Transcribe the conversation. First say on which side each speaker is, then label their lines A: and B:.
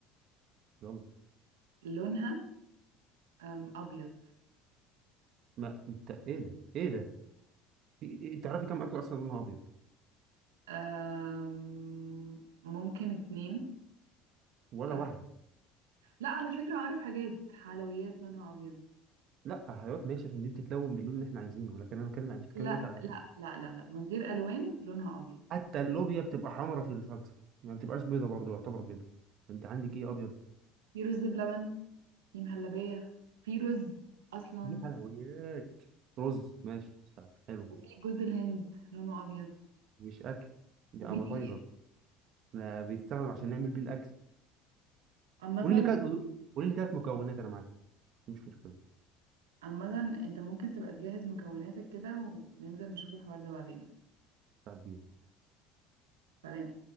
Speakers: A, on the right (about 55°); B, on the right (about 85°).
A: يلا
B: لونها أم، أبيض
A: ما انت ايه ده ايه ده في- إيه- تعرفي كم اكل اصلا لونها ابيض
B: أم، ممكن اتنين
A: ولا
B: أعرف-
A: واحدة
B: لا على فكرة أعرف حاجات حلويات لونها أبيض
A: لا هيوت ماشي عشان دي بتتلون باللون اللي احنا عايزينه لكن انا بتكلم عن انت بتتكلم
B: لا
A: دلوقتي على الاكل
B: لا لا لا لا من غير ألوان لونها أبيض
A: حتى اللوبيا بتبقى حمرا في الصلصه ما بتبقاش بيضه برضه يعتبر بيضه انت عندك ايه ابيض
B: في رز بلبن في مهلبية في رز أصلا
A: دي حلويات رز ماشي بتاع. حلو
B: وفي جوز الهند لونه أبيض
A: مش اكل دي
B: وفي
A: ابيتايزر
B: دقيق
A: لا بيستخدم عشان نعمل بيه الاكل
B: عامة
A: قول لي كده قول لي ثلاث مكونات انا معاك مش مشكله
B: عامة انت ممكن تبقى تجهز مكوناتك كده وننزل نشوف الحوار ده بعدين
A: بتاع
B: سلام